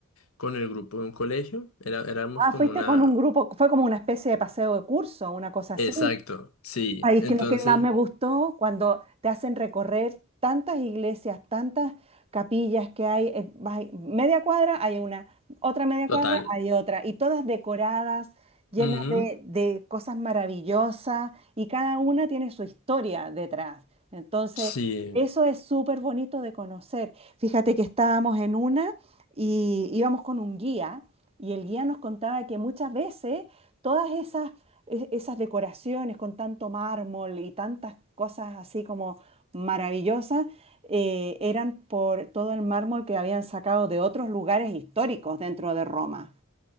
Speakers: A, on the left; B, on the right.
A: con el grupo de un colegio, era, éramos
B: Ah,
A: como
B: fuiste
A: una...
B: con un claro. grupo, fue como una especie de paseo de curso, una cosa así.
A: Exacto, sí.
B: Ahí
A: Entonces,
B: es que lo que más me gustó cuando te hacen recorrer tantas iglesias, tantas capillas que hay, eh, vas ahí, media cuadra hay una, otra media
A: total.
B: cuadra hay otra, y todas decoradas, llenas
A: Ujú,
B: de, de cosas maravillosas, y cada una tiene su historia detrás. Entonces,
A: Sí.
B: eso es súper bonito de conocer. Fíjate que estábamos en una y íbamos con un guía, y el guía nos contaba que muchas veces todas esas es- esas decoraciones con tanto mármol y tantas cosas así como maravillosas, eh, eran por todo el mármol que habían sacado de otros lugares históricos dentro de Roma.